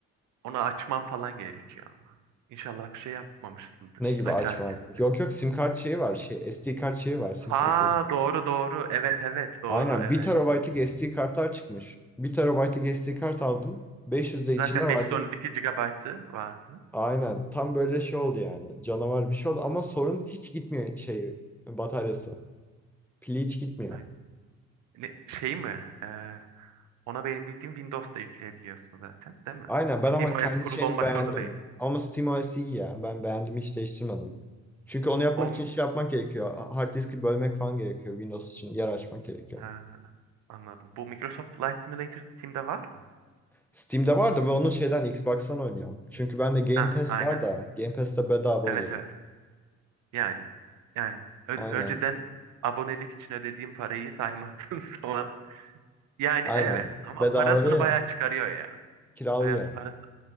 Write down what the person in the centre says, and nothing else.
Ne gibi
açmak. Yok yok sim kart şeyi var. Şey, SD kart şeyi var. Sim
kart diyorum.
Aynen
bir terabaytlık
SD kartlar çıkmış. bir terabaytlık SD kart aldım. 500 de içinde
vardı.
Aynen tam böyle şey oldu yani. Canavar bir şey oldu ama sorun hiç gitmiyor şey bataryası. Pili hiç gitmiyor.
Aynen ben
ama kendi
şeyini
beğendim.
Ama SteamOS iyi ya. Ben beğendim hiç değiştirmedim. Çünkü onu yapmak
için şey yapmak gerekiyor. Hard diski bölmek falan gerekiyor. Windows için yer açmak gerekiyor.
Steam'de var da ve onu şeyden Xbox'tan oynuyorum. Çünkü bende Game
Pass
var da Game Pass'te bedava
oluyor.
Aynen.
Aynen.
Bedava
değil
yani.
Kiralıyorum.